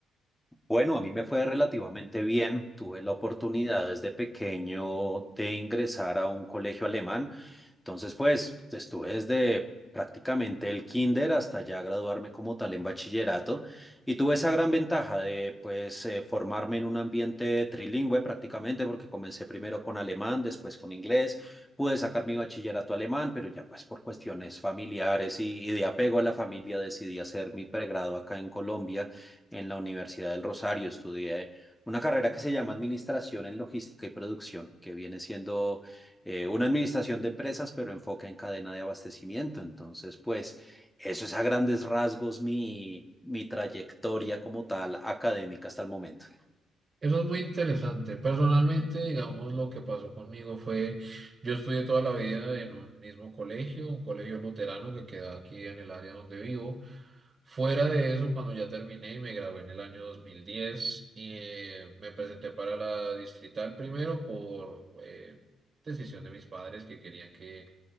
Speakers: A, in the centre; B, on the right.
A: Bueno, a mí me fue relativamente bien. Tuve la oportunidad desde pequeño de ingresar a un colegio alemán. Entonces, pues, estuve desde prácticamente el kinder hasta ya graduarme como tal en bachillerato y tuve esa gran ventaja de, pues, eh, formarme en un ambiente trilingüe prácticamente porque comencé primero con alemán, después con inglés. Pude sacar mi bachillerato alemán, pero ya pues por cuestiones familiares y, y de apego a la familia decidí hacer mi pregrado acá en Colombia en la Universidad del Rosario. Estudié una carrera que se llama Administración en Logística y Producción, que viene siendo eh, una administración de empresas, pero enfoca en cadena de abastecimiento. Entonces, pues eso es a grandes rasgos mi, mi trayectoria como tal académica hasta el momento.
B: Eso es muy interesante. Personalmente, digamos, lo que pasó conmigo fue, yo estudié toda la vida en un mismo colegio, un colegio luterano que queda aquí en el área donde vivo. Fuera de eso, cuando ya terminé y me gradué en el año 2010 y eh, me presenté para la distrital primero por eh, decisión de mis padres que querían que